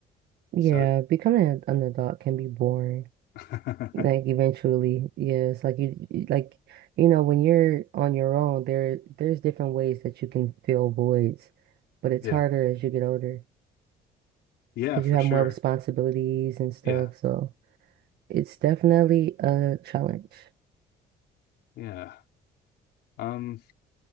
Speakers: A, on the left; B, on the right.
A: So.
B: Yeah, becoming an an adult can be boring.
A: <laughs>
B: Like eventually, yeah, it's like you, you- like you know when you're on your own, there there's different ways that you can fill voids, but it's
A: Yeah,
B: harder as you get older
A: Yeah,
B: because
A: for
B: you have
A: sure.
B: more responsibilities and stuff.
A: Yeah.
B: So it's definitely a challenge.
A: Yeah. Um,